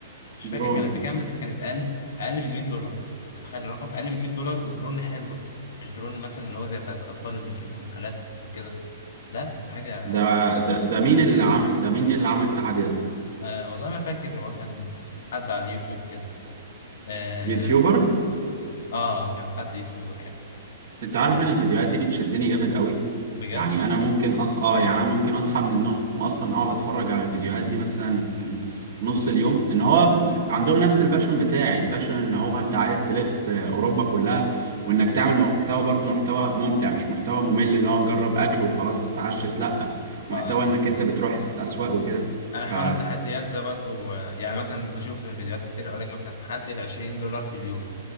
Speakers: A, on the left; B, on the right.
A: مش فاكر
B: درون
A: كانت بكام بس كانت اقل اقل من 100 دولار متخيل الرقم اقل من 100 دولار ودرون حلوه مش درون مثلا اللي هو زي بتاعت الاطفال اللي بنشوفها في المحلات وكده لا كانت حاجه
B: ده ده ده مين اللي عمل ده مين اللي عمل التحدي ده
A: آه والله ما فاكر هو كان حد على اليوتيوب كده آه,
B: يوتيوبر
A: اه كان حد يوتيوبر يعني
B: انت عارف
A: ال-
B: ان الفيديوهات دي بتشدني جامد قوي
A: بجد
B: يعني انا ممكن أص... اه يعني انا ممكن اصحى من النوم اصلا اقعد اتفرج على الفيديوهات دي مثلا نص اليوم ان هو عندهم نفس الباشون بتاعي الباشون ان هو انت عايز تلف آه، اوروبا كلها وانك تعمل محتوى برضو محتوى ممتع مش محتوى ممل اللي هو نجرب اكل وخلاص اتعشت لا محتوى
A: اه
B: انك انت بتروح اسواق وكده
A: انا حوار
B: ف
A: التحديات ده برضو آه يعني مثلا بشوف في فيديوهات كتير يقول لك مثلا تحدي ال 20 دولار في اليوم